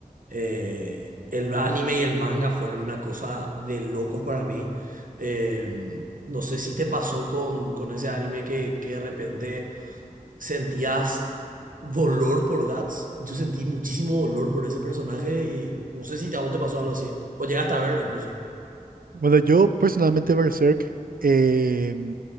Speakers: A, on the right; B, on the right.
A: Eh, el anime y el manga fueron una cosa de locos para mí. Eh, no sé si te pasó con, con ese anime que, que de repente ¿Sentías dolor por Guts? Yo sentí muchísimo dolor por ese personaje y no sé si a vos te pasó algo así. O llegaste a verlo incluso.
B: Bueno, yo personalmente Berserk, eh,